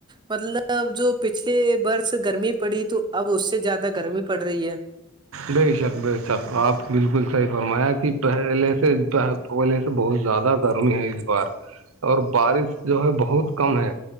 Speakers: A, on the right; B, on the right.
A: مطلب جو پچھلے برس گرمی پڑی تو اب اس سے زیادہ گرمی پڑ رہی ہے
B: بے شک بے شک آپ بالکل صحیح فرمایا کہ پہلے سے پلے سے بہت زیادہ گرمی ہے اس بار اور بارش جو ہے بہت کم ہے